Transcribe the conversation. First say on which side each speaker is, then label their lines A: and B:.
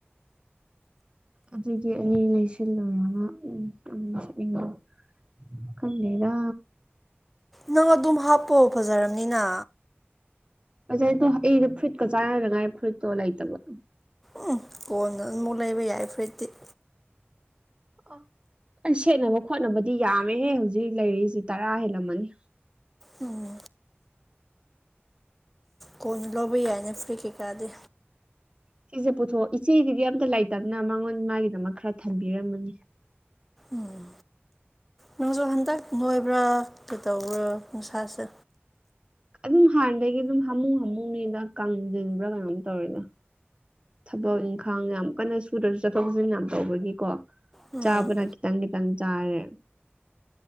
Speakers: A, on the right (about 25°); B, in the centre.
A: ꯑꯗꯨꯒꯤ ꯑꯅꯤ ꯂꯩꯁꯤꯜꯂꯨꯔꯅ ꯎꯝ ꯑꯗꯨꯝ ꯁꯅꯤꯡꯉꯣ ꯈꯪꯗꯦꯗ
B: ꯅꯪ ꯑꯗꯨꯝ ꯍꯥꯞꯄꯣ ꯐꯖꯔꯕꯅꯤꯅ
A: ꯑꯣꯖꯥꯏꯗꯣ ꯑꯩꯗ ꯐ꯭ꯔꯨꯏꯠꯀ ꯆꯥꯅꯅꯉꯥꯏ ꯐꯨꯏꯠꯇꯣ ꯂꯩꯇꯕ
B: ꯎꯝ ꯀꯣꯟꯅ ꯑꯗꯨ ꯑꯃꯨꯛ ꯂꯩꯕ ꯌꯥꯏ ꯐꯨꯔꯤꯗꯤꯤ
A: ꯑ ꯑꯩ ꯁꯦꯠꯅꯕ ꯈꯣꯠꯅꯕꯗꯤ ꯌꯥꯝꯃꯦꯍꯦ ꯍꯧꯖꯤꯛ ꯂꯩꯔꯤꯁꯤꯦ ꯇꯔꯥ ꯍꯦꯜꯂꯝꯃꯅꯤ
B: ꯎꯝ ꯀꯣꯟꯅ ꯂꯧꯕ ꯌꯥꯏꯅꯦ ꯐ꯭ꯔꯤ ꯀꯩꯀꯥꯗꯤ
A: ꯁꯤꯁꯦ ꯄꯨꯊꯣꯛ ꯏꯆꯦꯒꯤꯗꯤ ꯑꯝꯇ ꯂꯩꯇꯛꯅ ꯃꯉꯣꯟ ꯃꯥꯒꯤꯗꯃꯛ ꯈꯔ ꯊꯝꯕꯤꯔꯝꯃꯅꯤ
B: ꯎꯝ ꯅꯪꯁꯨ ꯍꯟꯗꯛ ꯂꯣꯏꯕ꯭ꯔꯥ ꯀꯩꯗꯧꯕ꯭ꯔꯥ ꯅꯨꯡꯁꯥꯁꯦ
A: ꯑꯗꯨꯝ ꯍꯥꯟꯅꯗꯒꯤ ꯑꯗꯨꯝ ꯍꯥꯃꯨ ꯍꯥꯃꯨꯅꯤꯗ ꯀꯪꯁꯤꯟꯕ꯭ꯔꯥ ꯀꯩꯅꯣꯝ ꯇꯧꯔꯤꯗ ꯊꯕꯛ ꯏꯪꯈꯥꯡ ꯌꯥꯝ ꯀꯟꯅ ꯁꯨꯔꯁꯨ ꯆꯠꯊꯣꯛ ꯆꯠꯁꯤꯟ ꯌꯥꯝ ꯇꯧꯕꯒꯤꯀꯣ
B: ꯎꯝ
A: ꯆꯥꯕꯅ ꯈꯤꯇꯪ ꯈꯤꯇꯪ ꯆꯥꯔꯦ